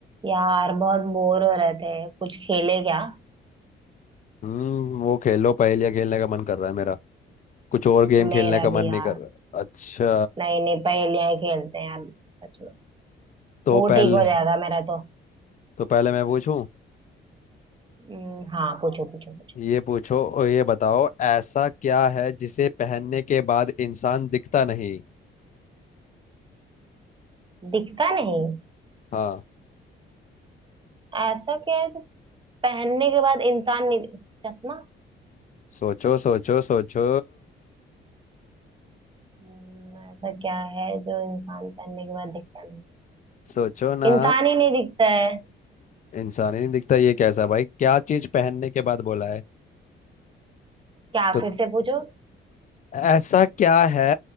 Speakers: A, on the right; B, on the left.
A: यार बहुत बोर हो रहे थे कुछ खेले क्या
B: हम्म वो खेल लो पहेलियाँ खेलने का मन कर रहा है मेरा कुछ और गेम
A: मेरा
B: खेलने का मन
A: भी
B: नहीं
A: यार
B: कर रहा अच्छा
A: नहीं नहीं पहेलियां ही खेलते हैं यार सच में
B: तो
A: मूड
B: पहले
A: ठीक हो जाएगा मेरा तो
B: तो पहले मैं पूछूं
A: हम्म, हाँ पूछो पूछो पूछो
B: ये पूछो और ये बताओ ऐसा क्या है जिसे पहनने के बाद इंसान दिखता नहीं
A: दिखता नहीं
B: हाँ
A: ऐसा क्या है जो पहनने के बाद इंसान नहीं चश्मा
B: सोचो सोचो सोचो
A: हम्म, ऐसा क्या है जो इंसान पहनने के बाद दिखता नहीं
B: सोचो ना
A: इंसान ही नहीं दिखता है
B: इंसान ही नहीं दिखता ये कैसा भाई क्या चीज पहनने के बाद बोला है
A: क्या
B: तो
A: फिर से पूछो
B: ऐसा क्या है